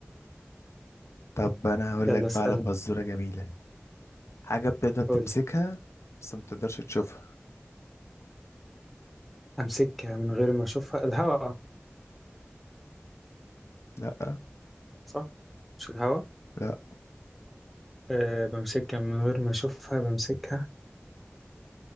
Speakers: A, on the left (about 80°); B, in the centre.
A: طب انا هقول
B: يلا
A: لك بقى
B: اسألني
A: على فزورة جميلة حاجة بتقدر تمسكها
B: قول لي
A: بس ما تقدرش تشوفها
B: امسكها من غير ما اشوفها الهواء
A: لا
B: صح مش الهواء
A: لا
B: أه بمسكها من غير ما اشوفها بمسكها